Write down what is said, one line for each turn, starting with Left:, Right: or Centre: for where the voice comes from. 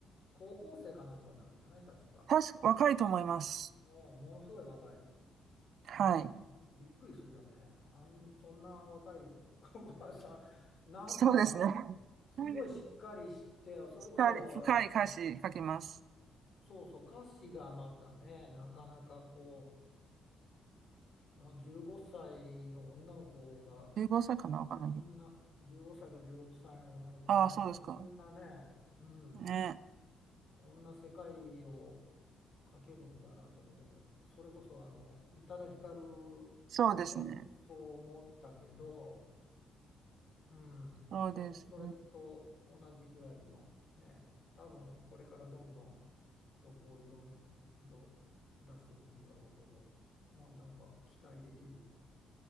Left: 高校生かなんかなのよね、確か。
Right: 確か、若いと思います。
Left: うん、ものすごい若い。
Right: はい。
Left: うん。びっくりするよね。あん、そんな若い子が <laughs> さ、なんか、
Right: そうですね。
Left: すごいしっかりして、
Right: <laughs>
Left: それこそ、
Right: 深い深い歌詞書きます。
Left: あの、そうそう、歌詞がまたね、なかなかこう、あ15歳の女の子が、
Right: 15歳かなわかんないけど。
Left: はあ、こんな、15歳か16歳の女の子がね、
Right: ああ、そうですか。
Left: そんなね、うん、
Right: ね。
Left: こんな世界を描けるんだなと思ってね、それこそあの、宇多田ヒカル
Right: そうですね。
Left: もそう思ったけど、うん、
Right: そうですね。
Left: そん、それと同じぐらいのね、多分これからどんどん曲をいろん、色出していくんだろうけど、まあなんか期待できる